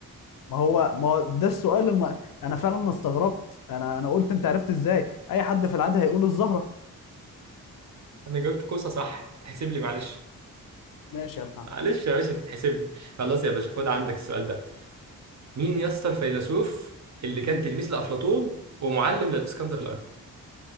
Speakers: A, on the left; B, on the right.
A: ما هو ما هو ده السؤال الم... انا فعلا استغربت انا انا قلت انت عرفت ازاي اي حد في العاده هيقول الزهرة
B: <laughs> انا جاوبت كوسه صح تتحسب لي معلش
A: ماشي يا ابن عم
B: معلش يا باشا تتحسب لي خلاص يا باشا خد عندك السؤال ده مين يا اسطى الفيلسوف اللي كان
A: مم.
B: تلميذ لافلاطون ومعلم للاسكندر الاكبر